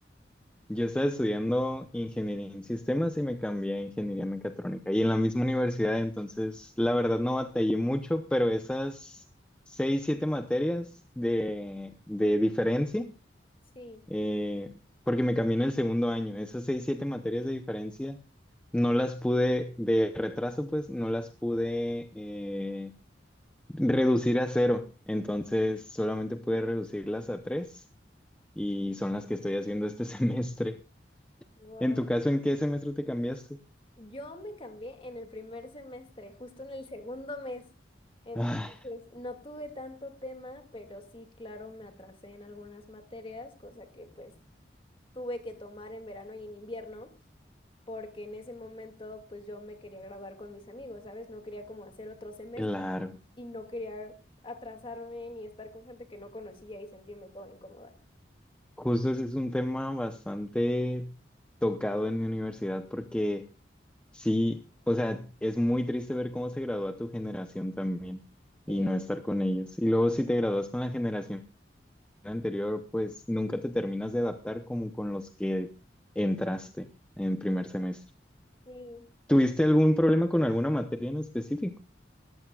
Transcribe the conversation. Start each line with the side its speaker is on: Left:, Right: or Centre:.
Centre: Yo estaba estudiando ingeniería en sistemas y me cambié a ingeniería mecatrónica y en la misma universidad, entonces la verdad no batallé mucho, pero esas seis, siete materias de, de diferencia
Left: Sí.
Centre: eh, porque me cambié en el segundo año. Esas seis, siete materias de diferencia no las pude, de retraso, pues, no las pude eh, reducir a cero. Entonces, solamente pude reducirlas a tres y son las que estoy haciendo este <laughs> semestre.
Left: Wow.
Centre: En tu caso, ¿en qué semestre te cambiaste?
Left: Yo me cambié en el primer semestre, justo en el segundo mes. Entonces,
Centre: Ah,
Left: no tuve tanto tema, pero sí, claro, me atrasé en algunas materias, cosa que pues tuve que tomar en verano y en invierno, porque en ese momento pues yo me quería graduar con mis amigos, ¿sabes? No quería como hacer otro semestre
Centre: claro.
Left: y no quería atrasarme ni estar con gente que no conocía y sentirme toda incómoda.
Centre: Justo ese es un tema bastante tocado en mi universidad porque Sí, o sea, es muy triste ver cómo se gradúa tu generación también
Left: Sí,
Centre: y no estar con ellos. Y luego si te gradúas con la generación anterior, pues nunca te terminas de adaptar como con los que entraste en primer semestre.
Left: sí.
Centre: ¿Tuviste algún problema con alguna materia en específico?